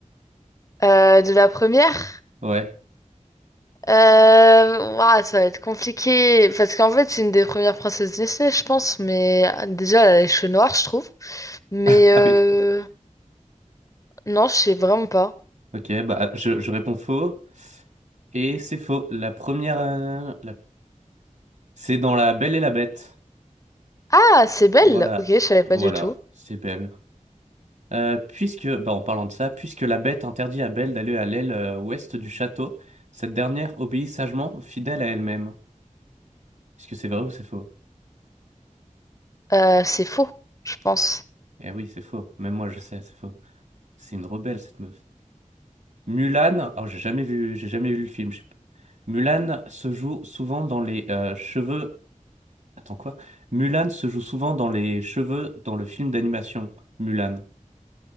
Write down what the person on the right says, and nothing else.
Ouais.
<laughs> Ah
oui, d'accord.
Ok, bah je, je réponds faux. Et c'est faux. La première, euh, la- c'est dans La Belle et la Bête.
Voilà,
voilà,
c'est belle. Euh, puisque, bah, en parlant de ça, puisque la Bête interdit à Belle d'aller à l'aile euh, ouest du château, cette dernière obéit sagement, fidèle à elle-même. Est-ce que c'est vrai ou c'est faux?
Eh oui, c'est faux. Même moi, je sais, c'est faux. C'est une rebelle, cette meuf. Mulan, oh, j'ai jamais vu, j'ai jamais vu le film. je Mulan se joue souvent dans les euh, cheveux. Attends quoi? Mulan se joue souvent dans les cheveux dans le film d'animation. Mulan.